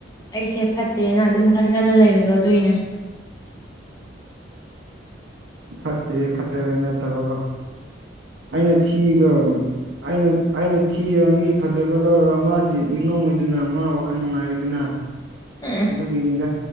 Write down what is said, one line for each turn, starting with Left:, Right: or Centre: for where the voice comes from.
Left: ꯑꯩꯁꯦ ꯐꯠꯇꯦꯅ ꯑꯗꯨꯝ ꯈꯟꯖꯜꯂ ꯂꯩꯕꯗꯣ ꯑꯗꯨꯒꯤꯅꯦ
Right: ꯐꯠꯇꯦ ꯐꯠꯇꯦꯕ ꯅꯠꯇꯕꯀꯣ ꯑꯩꯅ ꯊꯤꯗ ꯑꯩꯅ ꯑꯩꯅ ꯊꯤꯔꯒ ꯃꯤ ꯐꯖꯕ ꯂꯧꯔꯒ ꯃꯥꯗꯤ ꯅꯤꯡꯉꯝꯃꯣꯏꯗꯅ ꯃꯥ ꯋꯥꯈꯜ ꯅꯨꯡꯉꯥꯏꯔꯣꯏꯗꯅ
Left: ꯎꯝ
Right: ꯑꯗꯨꯒꯤꯅꯤꯗ